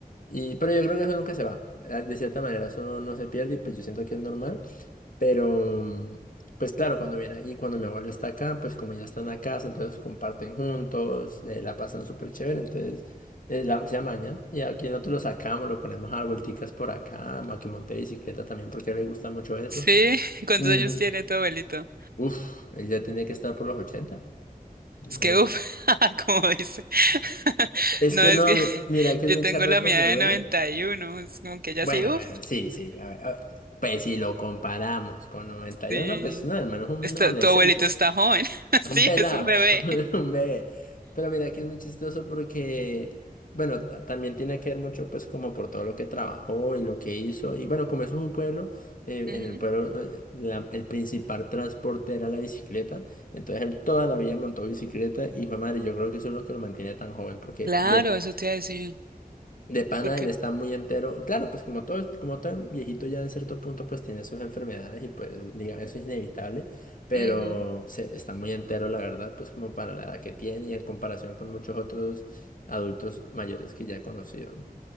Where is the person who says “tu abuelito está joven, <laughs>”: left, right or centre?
Right